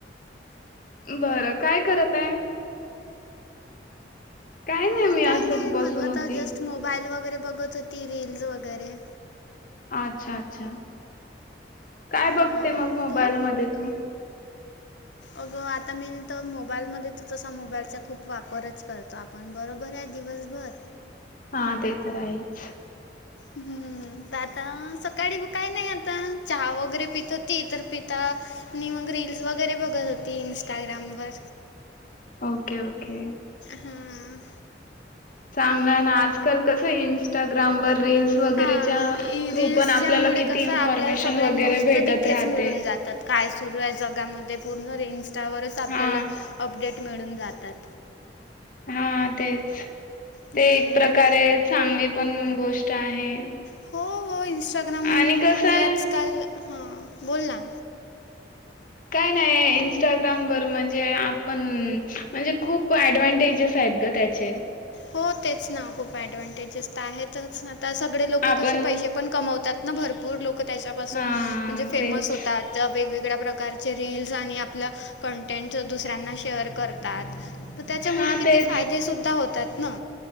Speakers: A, on the left (about 50°); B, on the left (about 85°).
A: बरं काय करत आहे. काय
B: अ
A: नाही मी
B: काही
A: असंच
B: नाही
A: बसून
B: म आता
A: होती
B: जस्ट मोबाईल वगैरे बघत होती रील्स वगैरे.
A: अच्छा अच्छा काय
B: हां
A: बघते मग मोबाईल
B: तू
A: मध्ये तू.
B: अगं आता मी तर मोबाईल मध्ये तर तसा मोबाईलचा खूप वापरच करतो आप पण बरोबर दिवस भर
A: हा ते तर आहेच.
B: हम्म. आता सकाळी काय नाही आता चहा वगैरे पित होती तर पिता मी मग रील्स वगैरे बघत होती इंस्टाग्राम वर
A: ओके ओके.
B: हम्म.
A: चांगल हेना आजकाल कसं इंस्टाग्रामवर रील्स. वगैरेच्या
B: हां
A: थ्रू
B: रील्ससच्यामुळे
A: पण आपल्याला किती
B: कसं
A: इन्फॉर्मेशन
B: आपल्याला सगळ्या
A: वगैरे
B: न्यूज
A: भेटत
B: तर तिथेच
A: राहते
B: मिळून जातात. काय सुरू आहे जगामध्ये पूर्ण रील इन्स्टावरच आपल्याला
A: हा
B: अपडेट मिळून जातात.
A: हा तेच
B: हं.
A: ते एक प्रकारे चांगली पण गोष्ट आहे.
B: हो.. हो.. इन्स्टाग्राम... म...
A: आणि कसं
B: म्हणजे
A: आहे
B: आज काल हा.. बोल ना
A: काय नाय.. इनस्टाग्रामवर म्हणजे आप.. ण म्हणजे खूप ऍडव्हन्टेजेस आहेत ग.. त्याचे
B: हो तेच ना.. खूप ऍडव्हनटेजेस आहेतच, आता सगळे लोक
A: आपण
B: कसे पैसे पण कमवतात ना भरपूर लोक त्याच्यापासून
A: हा
B: म्हणजे फेमस
A: तेच
B: होतात. ज्या वेगवेगळ्या प्रकारचे रील्स आणि आपलं कंटेंट दुसऱ्यांना शेअर करतात. तर त्याच्यामुळे
A: हा
B: किती
A: तेच
B: फायदे सुद्धा होतात ना.